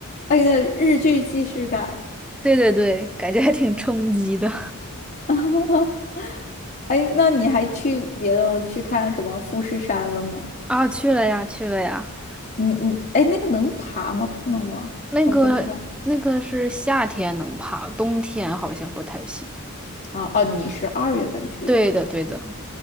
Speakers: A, on the left (about 40°); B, in the centre.
A: 哎，那日剧既视感。
B: <laughs> 对对对，感觉还挺冲击的。
A: <laughs> 哎，那你还去别的去看什么富士山了吗？
B: <laughs> 啊，去了呀，去了呀，
A: 你你哎，那个能爬吗？不能吧？
B: 那个那个是夏天能爬，
A: 我不知道。
B: 冬天好像不太行。
A: 啊哦，你是二月份去的，
B: 对的，
A: 对吧？
B: 对的。